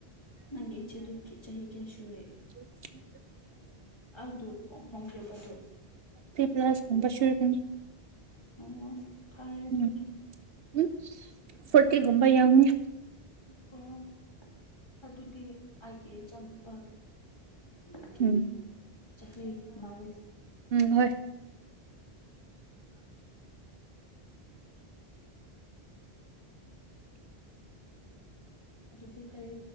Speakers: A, on the left; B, on the right.
A: ꯅꯪꯒꯤ ꯢꯆꯦꯗꯨ ꯀꯤ ꯆꯍꯤ ꯀꯌꯥ ꯁꯨꯨꯨꯔꯦ
B: <unintelligible>
A: ꯑꯗꯨ ꯍꯣꯡꯈ꯭ꯔꯦꯕꯗꯨ
B: ꯂꯥꯁ ꯀꯨꯝꯕ ꯁꯣꯢꯕꯅꯤ
A: ꯑꯣ ꯐꯔꯦ ꯑꯗꯨꯗꯤ
B: ꯎꯝ <unintelligible> ꯐꯨꯔꯇꯤꯒꯨꯝꯕ ꯌꯧꯅꯤ
A: ꯏ ꯑꯣ ꯑꯗꯨꯗꯤ ꯑꯩꯒꯤ ꯢꯆꯥ ꯅꯨꯄꯥꯒ ꯎꯝꯀꯤ
B: ꯎꯝ
A: ꯆꯍꯤ ꯃꯥꯜꯂꯦ
B: ꯎꯝ ꯍꯣꯏ
A: <inaudible> ꯑꯗꯨꯗꯤ ꯀꯔꯤ